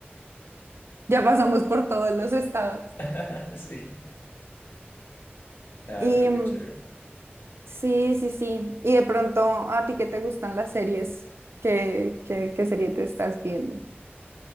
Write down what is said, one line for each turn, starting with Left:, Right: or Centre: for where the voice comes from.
Right: Ya pasamos por todos los estados.
Left: <laughs> Sí. Ah,
Right: Y
Left: pero
Right: mm,
Left: qué chévere.
Right: sí, sí, sí. Y de pronto, ¿a ti qué te gustan las series? ¿Qué, qué, qué serie te estás viendo?